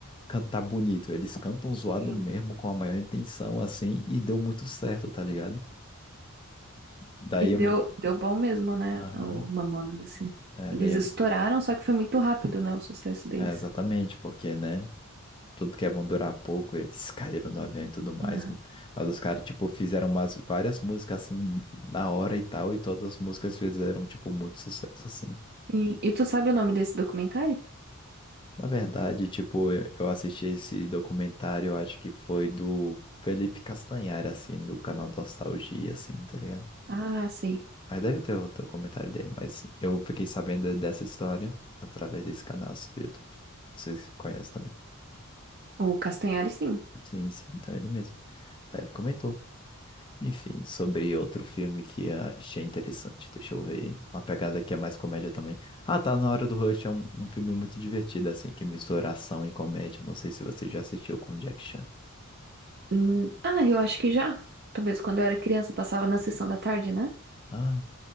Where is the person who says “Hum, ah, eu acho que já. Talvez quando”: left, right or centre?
Right